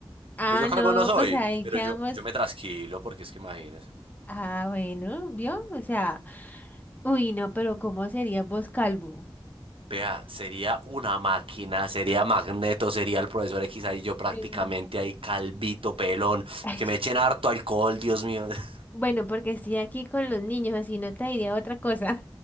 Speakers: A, on the left (about 20°); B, on the right (about 75°).
A: Ah,
B: Pues yo calvo
A: no,
B: no soy,
A: pues ahí
B: pero
A: quedamos.
B: yo, yo me trasquilo porque es que imagínese.
A: Ah, bueno, ¿vio? O sea, uy, no, pero ¿cómo sería vos calvo?
B: Vea, sería una máquina, sería Magneto, sería el profesor X ahí yo prácticamente
A: Eh,
B: ahí calvito, pelón,
A: ay,
B: y que me echen harto alcohol, Dios mío. <laughs>
A: bueno, porque estoy aquí con los niños, si no te diría otra cosa.